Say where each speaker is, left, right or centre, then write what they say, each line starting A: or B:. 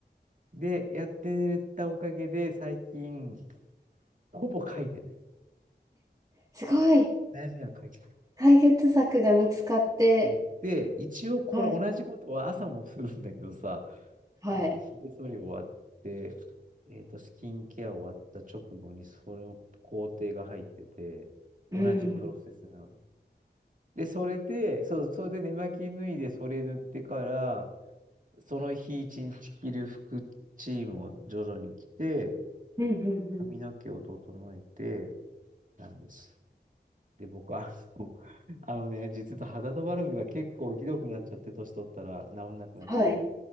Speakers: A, on the right; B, on the right.
A: で、やってたおかげで、最近、ほぼ書いてない。
B: すごい、
A: 悩みは書ないて
B: 解決策が見つかって、
A: うんで、一応これ同じことは朝もするんだけどさ、
B: はい。はい。
A: あの、ひげ剃り終わって、えっと、スキンケア終わった直後にそれの工程が入ってて、同じプロセスなの。
B: うん。
A: で、それで、そう、それで寝巻き脱いでそれ塗ってから、その日一日着る服チームを徐々に着て、
B: うん、うん、うん。
A: 髪の毛を整えて、なんです。で、僕は、あの <laughs>、あのね、実は肌とバルブが結構ひどくなっちゃって、年取ったら治んなくなって、
B: はい。